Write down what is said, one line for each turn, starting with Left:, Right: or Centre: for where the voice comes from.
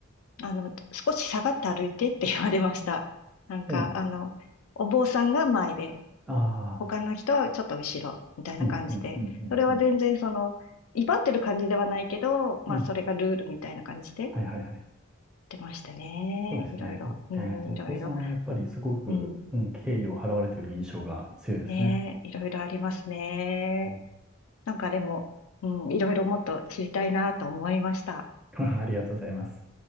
Left: あの、少し下がって歩いてって言われました。なんか、
Centre: おう。
Left: あの、お坊さんが前で、
Centre: あ
Left: 他の人はちょっと後ろ、
Centre: あ。
Left: みたいな感じで、
Centre: うん。うん。うん。うん。
Left: それは全然その、
Centre: うん。
Left: 威張ってる感じではないけど、まあ、
Centre: うん
Left: それがルールみたいな感じで言っ
Centre: はいはいはい。
Left: てましたね。
Centre: そうですね。
Left: いろいろ、
Centre: お、
Left: うん、
Centre: えーお坊さんはやっぱりすごく、
Left: いろいろ、うん、
Centre: うん、敬意を払われている印象が強いですね。
Left: ね、いろいろありますね。
Centre: うん
Left: なんかでも、うん、いろいろもっと知りたいなと思いました。
Centre: <laughs> ありがとうございます。